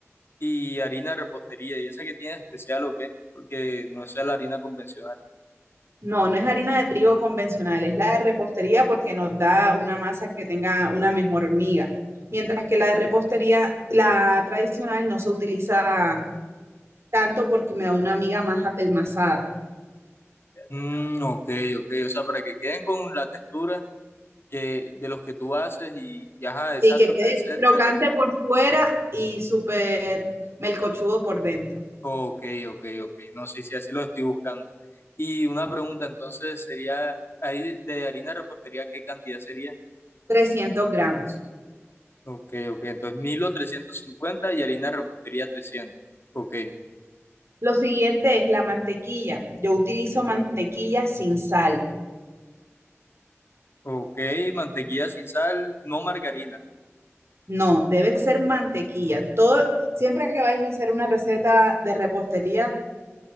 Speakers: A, on the left; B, on the right.
A: y harina de repostería. ¿Y esa que tiene de especial o qué? Porque no sea la harina convencional.
B: No, no es harina de trigo convencional, es la de repostería porque nos da una masa que tenga una mejor miga, mientras que la de repostería, la tradicional, no se utiliza tanto porque me da una amiga más apelmazada.
A: Mm, ok, ok. O sea, para que queden con la textura que, de los que tú haces y, y ajá, exacto,
B: Sí, que quede
A: te ser
B: crocante
A: de repostería.
B: por fuera y súper melcochudo por dentro.
A: Ok, ok, ok. No sé si así lo estoy buscando. Y una pregunta, entonces, sería, ahí de harina de repostería, ¿qué cantidad sería?
B: trescientos gramos.
A: Ok, ok. Entonces, Milo 350 y harina de repostería 300. Ok.
B: Lo siguiente es la mantequilla. Yo utilizo mantequilla sin sal.
A: Ok, mantequilla sin sal, no margarina.
B: No, debe ser mantequilla. Todo, siempre que vais a hacer una receta de repostería,